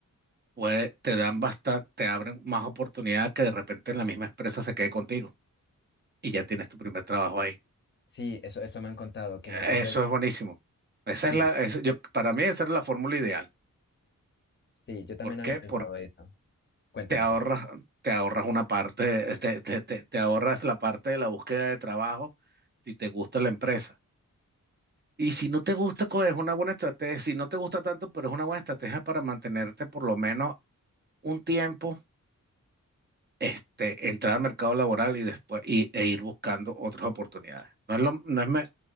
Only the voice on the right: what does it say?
puede- te dan bastante, te abren más oportunidad que de repente en la misma empresa se quede contigo y ya tienes tu primer trabajo ahí.
Eh,
Eso es buenísimo. Esa
es la, esa- yo, para mí esa es la fórmula ideal.
¿Por qué?
Porque
te ahorras,
te ahorras una parte, te, te- te- te ahorras la parte de la búsqueda de trabajo si te gusta la empresa. Y si no te gusta, co- es una buena estrategia. Si no te gusta tanto, pero es una buena estrategia para mantenerte por lo menos un tiempo este, entrar al mercado laboral y después y, e ir buscando otras oportunidades. No es lo, no es me-